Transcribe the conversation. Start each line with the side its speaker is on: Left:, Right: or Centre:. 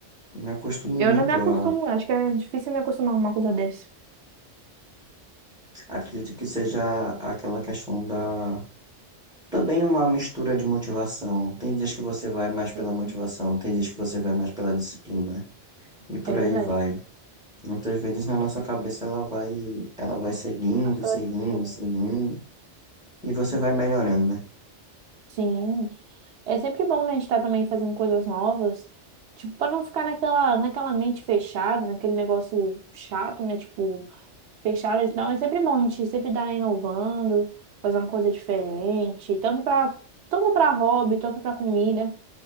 Centre: Me acostumo
Right: Eu
Centre: muito
Right: não me acostumo,
Centre: a.
Right: acho que é difícil me acostumar com uma coisa dessa.
Centre: Acredito que seja aquela questão da. Também uma mistura de motivação. Tem dias que você vai mais pela
Right: Sim,
Centre: motivação, tem dias que você vai mais pela disciplina. E por
Right: é verdade.
Centre: aí vai. Muitas vezes na nossa cabeça ela vai, ela vai seguindo,
Right: Mas pela
Centre: seguindo,
Right: disciplina.
Centre: seguindo, e você vai melhorando, né?
Right: Sim, é sempre bom, né, a gente estar também fazendo coisas novas, tipo, para não ficar naquela, naquela mente fechada, naquele negócio chato, né, tipo, fechado, não, é sempre bom a gente sempre estar inovando, fazer uma coisa diferente, tanto para tanto para hobby, tanto para comida.